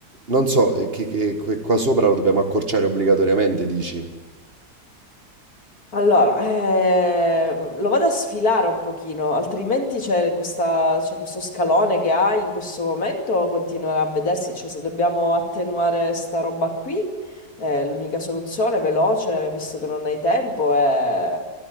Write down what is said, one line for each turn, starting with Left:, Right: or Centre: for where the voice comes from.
Right: non so, eh, che, che- que- qua sopra lo dobbiamo accorciare obbligatoriamente, dici?
Left: Allora, eh, lo vado a sfilare un pochino, altrimenti c'è questa- c'è questo scalone che hai in questo momento, continuerà a vedersi, cioè se dobbiamo attenuare sta roba qui, eh, l'unica soluzione veloce, visto che non hai tempo, è,